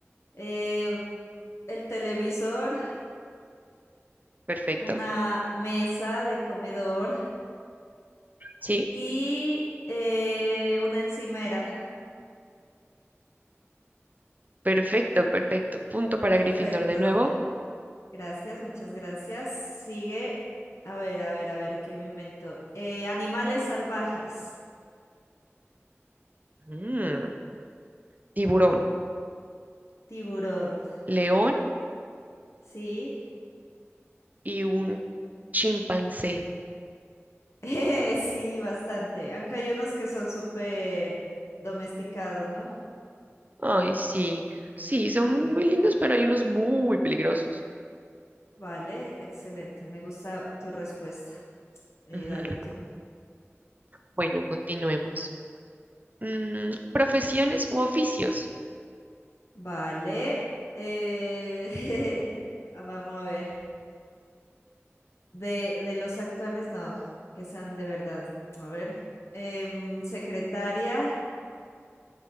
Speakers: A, on the left; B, on the right.
A: Eh, el televisor,
B: Perfecto.
A: una mesa de comedor.
B: Sí,
A: Y eh, una encimera.
B: perfecto, perfecto. Punto para
A: Perfecto.
B: Gryffindor de nuevo.
A: Gracias, muchas gracias. Sigue. A ver, a ver, a ver, ¿qué me invento? Eh, animales salvajes.
B: Mm, tiburón,
A: Tiburón.
B: león
A: Sí. <laughs>
B: y un chimpancé.
A: Eh, sí, bastante. Aunque hay unos que son súper domesticados, ¿no?
B: Ay, sí, sí, son muy lindos, pero hay unos muy peligrosos.
A: Vale, excelente. Me gusta tu respuesta. Eh,
B: Ujú.
A: dale tú.
B: Bueno, continuemos. Mm, profesiones u oficios.
A: Vale. eh, <laughs> ah, Vamos a ver. De, de los actuales, no, que sean de verdad. A ver. em, secretaria,